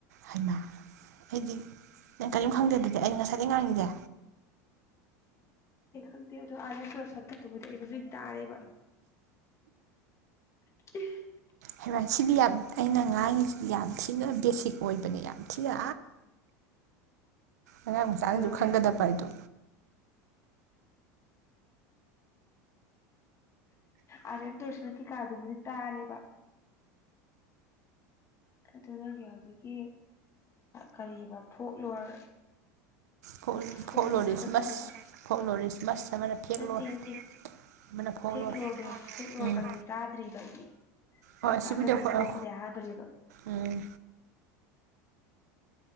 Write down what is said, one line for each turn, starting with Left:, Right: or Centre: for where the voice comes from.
Right: ꯍꯥꯏꯃ ꯑꯩꯗꯤ ꯅꯪ ꯀꯔꯤꯝ ꯈꯪꯗꯗꯗꯤ ꯑꯩꯅ ꯉꯁꯥꯏꯗꯒꯤꯩ ꯉꯥꯡꯉꯁꯦ
Left: ꯣ ꯑꯗꯨ ꯑꯔ ꯁ ꯇꯥꯔꯦꯕ <unintelligible>
Right: ꯍꯩꯚ ꯁꯤꯗꯤ ꯌꯥꯝ ꯑꯩꯅ ꯉꯥꯡꯁꯤ ꯌꯥꯝ ꯊꯤꯅ ꯕꯦꯁꯤꯛ ꯑꯣꯏꯕꯅꯦ ꯌꯥꯝ ꯊꯤꯅ ꯑꯉꯥꯡ ꯃꯆꯥꯅꯁꯨ
Left: ꯑ
Right: ꯈꯪꯒꯗꯕ ꯍꯥꯏꯗꯣ
Left: ꯑꯥꯔ ꯑꯦꯝ ꯗꯔꯁꯟ ꯀꯩꯀꯥꯗꯨꯕꯨꯗꯤ ꯇꯥꯔꯦꯕ ꯑꯗꯨꯒꯤ ꯍꯧꯖꯤꯛꯀꯤ ꯀꯔꯤꯕ ꯐꯣꯛ ꯂꯣꯔ
Right: ꯐꯣꯛ
Left: ꯐꯣꯛꯂꯣꯅꯠꯇꯊꯣꯛꯈꯩꯕ
Right: ꯐꯣꯛꯂꯣꯔꯤꯁꯃꯁ ꯐꯣꯛꯂꯣꯔꯤꯁꯃꯁ ꯑꯃꯅ ꯐꯦꯛꯂꯣꯔ
Left: ꯅꯠꯇꯦ ꯅꯠꯇꯦ
Right: ꯑꯃꯅ ꯐꯣꯛꯂꯣꯔ
Left: ꯐꯦꯛꯂꯣꯗꯣ ꯐꯦꯛ ꯂꯣꯏꯨꯔꯀꯥꯟꯗꯗꯤ
Right: ꯎꯝ
Left: ꯇꯥꯗ꯭ꯔꯤꯕ ꯑꯩꯗꯤ ꯑꯃꯨꯀ
Right: ꯍꯣꯏ ꯁꯤꯕꯨꯗꯤ
Left: ꯇꯥꯖꯗ꯭ꯔꯤ
Right: ꯑꯩꯈꯣꯏ
Left: ꯄꯣꯛꯄꯗꯤ ꯍꯥꯏꯕꯅꯦꯕ
Right: ꯎꯝ